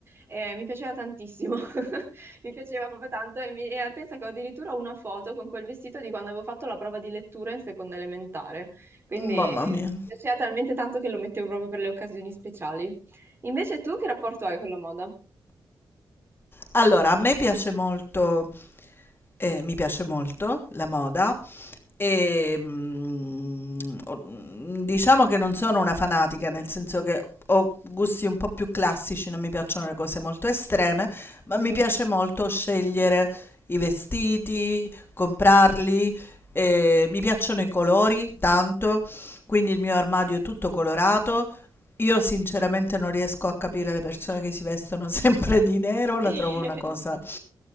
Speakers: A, on the right; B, on the left.
A: Eh, mi piaceva tantissimo, <laughs> mi piaceva proprio tanto e, mi- e pensa che ho addirittura una foto con quel vestito di quando avevo fatto la prova di lettura in seconda elementare. Quindi mi
B: Mamma mia.
A: piaceva talmente tanto che lo mettevo proprio per le occasioni speciali. Invece tu che rapporto hai con la moda?
B: Allora, a me piace molto Eh, mi piace molto la moda e mm, o- diciamo che non sono una fanatica, nel senso che ho gusti un po' più classici, non mi piacciono le cose molto estreme, ma
A: Mhm.
B: mi piace molto scegliere i vestiti, comprarli. eh, mi piacciono i colori tanto, quindi il mio armadio è tutto colorato. Io sinceramente non riesco a capire le persone che si vestono <laughs> sempre di nero, la
A: <laughs>
B: trovo una cosa